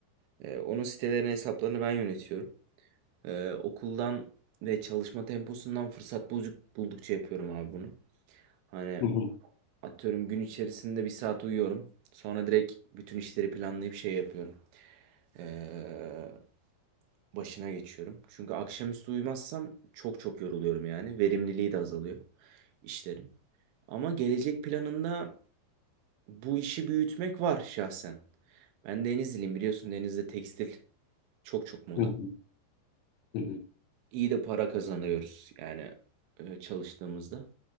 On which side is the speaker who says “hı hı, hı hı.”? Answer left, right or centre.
Left